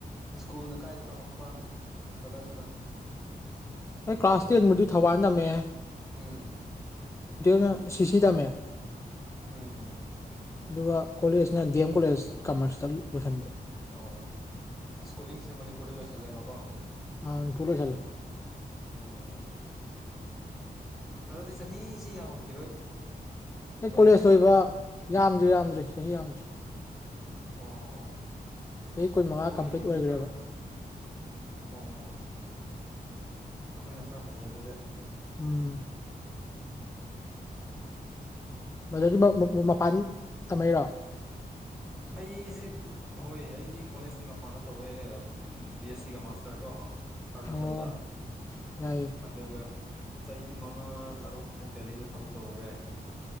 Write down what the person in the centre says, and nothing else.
ꯁ꯭ꯀꯨꯜꯅ ꯀꯥꯏꯗ ꯇꯝꯃꯛꯄ ꯕ꯭ꯔꯗꯔꯁꯤꯅ
ꯎꯝ
ꯑꯝ
ꯑꯣ ꯁ꯭ꯀꯨꯂꯤꯡꯁꯦ ꯃꯅꯤꯄꯨꯔꯗ ꯂꯣꯏꯁꯜꯂꯦꯕꯀꯣ
ꯎꯝ ꯑꯗꯨꯗꯤ ꯆꯍꯤꯁꯤ ꯌꯥꯝꯃꯝꯈꯤꯔꯣꯏ
ꯕ꯭ꯔꯗꯔꯒꯤꯁꯦ
ꯅꯠꯇ꯭ꯔꯣ
ꯑꯣ
ꯈꯣꯏꯗꯤ
ꯈꯔ ꯑꯣ ꯑꯩꯈꯣꯏꯅ ꯈꯔ ꯍꯜꯂꯦ ꯑꯗꯨꯗꯤ
ꯎꯝ
ꯑꯩꯁꯦ ꯍꯣꯏ ꯑꯩꯗꯤ ꯀꯣꯂꯦꯖꯁꯦ ꯃꯄꯥꯟꯗ ꯇꯧꯋꯦ ꯕꯤ ꯑꯦꯁ ꯁꯤꯒ ꯃꯥꯁꯇꯔꯒꯣ ꯑꯔꯨꯅꯥ
ꯆꯧꯗ
ꯑꯗꯨꯒ ꯆꯍꯤ ꯃꯉꯥ ꯇꯔꯨꯛꯃꯨꯛ ꯗꯦꯂꯤꯗ ꯊꯕꯛ ꯇꯧꯔꯨꯔꯦ